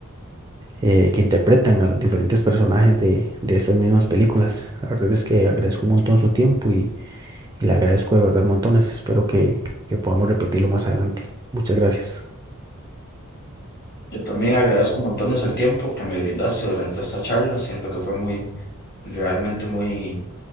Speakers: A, on the right (about 15°); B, on the left (about 45°).
A: eh, que interpretan a los diferentes personajes de, de estas mismas películas. La verdad es que agradezco un montón su tiempo y, y le agradezco de verdad montones. Espero que, que podamos repetirlo más adelante. Muchas gracias.
B: Yo también agradezco montones el tiempo que me brindaste durante esta charla. Siento que fue muy, realmente muy,